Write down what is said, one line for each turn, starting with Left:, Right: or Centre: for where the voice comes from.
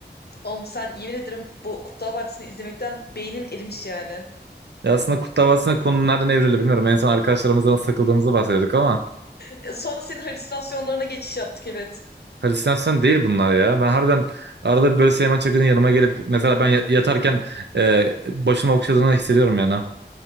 Left: Oğlum sen yemin ederim bu Kurtlar Vadisi'ni izlemekten beynin erimiş yani.
Right: Ya aslında Kurt Davası'nın konu nereden evrildi bilmiyorum. En son arkadaşlarımızdan nasıl takıldığımızı bahsediyorduk ama
Left: E, Sonra senin halüsinasyonlarına geçiş yaptık evet.
Right: Halüsinasyon değil bunlar ya. Ben harbiden arada böyle Süleyman Çakır'ın yanıma gelip mesela ben ya- yatarken e, başımı okşadığını hissediyorum yani.